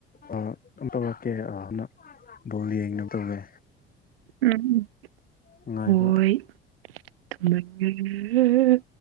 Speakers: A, on the left; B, on the right.
A: ꯑꯥ ꯑꯃꯨꯛ ꯇꯧꯔꯛꯀꯦꯑꯥꯅ ꯕꯣꯜ ꯌꯦꯡꯅꯕ ꯇꯧꯒꯦ
B: ꯎꯝ ꯎꯝ
A: ꯅꯨꯡꯉꯥꯏꯕ
B: ꯍꯣꯏ ꯊꯝꯃꯒꯦ